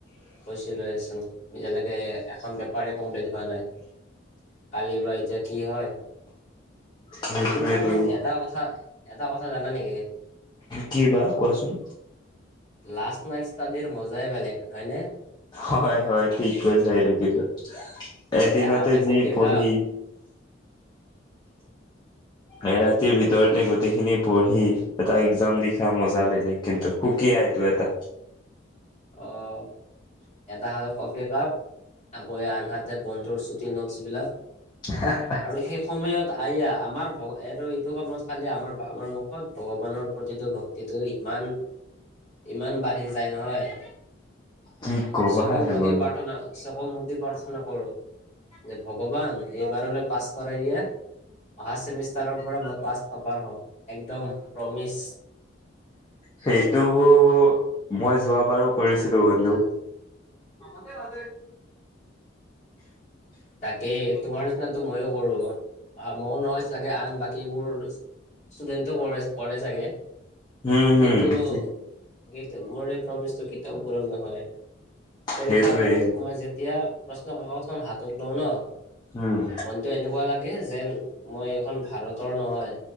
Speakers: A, on the left (about 40°); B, on the left (about 25°).
A: কৈছিলে চোন এতিয়ালৈকে এখন পেপাৰ কমপ্লিট হোৱা নাই। কালি বা এতিয়া কি হয়?
B: সেইটোৱেটো
A: কিন্তু, এটা কথা এটা কথা জানা নেকি?
B: কি বা কোৱাচোন?
A: লাষ্ট নাইট ষ্টাডিৰ মজাই বেলেগ হয়নে?
B: হয়, হয় ঠিক কৈছে এইটো। কিন্তু এদিনতে
A: এহাতে
B: যি
A: কফিৰ
B: পঢ়ি
A: কাপ
B: এৰাতিৰ ভিতৰতে গোটেইখিনি পঢ়ি এটা এক্সাম লিখা মজা বেলেগ কিন্তু, সুকীয়া এইটো এটা।
A: অঁ এটা হাতে কফি কাপ, আকৌ আন হাতে বন্ধুৰ চুটি নোটছ বিলাক।
B: হ <unintelligible>
A: আৰু সেই সময়ত আয়া আমাৰ ভ আৰু এইটো সময়ত খালি আমাৰ আমাৰ মুখত ভগৱানৰ প্ৰতিটো ভক্তিটো ইমান ইমান বাঢ়ি যায় নহয়।
B: কি কবা
A: চকুৰ
B: আৰু
A: মুদি পাৰ্থনা চকু মোদী পাৰ্থনা কৰো। যে ভগৱান এইবাৰলে পাঁচ কৰাই দিয়া, অহা চেমিষ্টাৰৰ পৰা মই ক্লাষ্ট টপাৰ হম একদম প্ৰমিজ।
B: সেইটো মই যোৱ বাৰো কৰিছিলো কিন্তু।
A: ত'হতে আজি তাকেই, তোমাৰ নিচিনো টো মইয়ো কৰোঁ। মোৰো নহয় চাগৈ আন বাকীবোৰ ষ্টুডেণ্টটেও কৰে, কৰে চাগৈ?
B: হম হম
A: কিন্তু এ
B: ঠিক
A: মোৰ এই প্ৰমিচটো কেতিয়াও পূৰণ নহয়। পৰীক্ষা
B: সেইটোৱে
A: হলত সোমাই যেতিয়া প্ৰশ্নকাকতখন হাতত লওঁ ন
B: উম।
A: মনতটো এনেকুৱা লাগে যেন, মই এইখন ভাৰতৰ নহয়।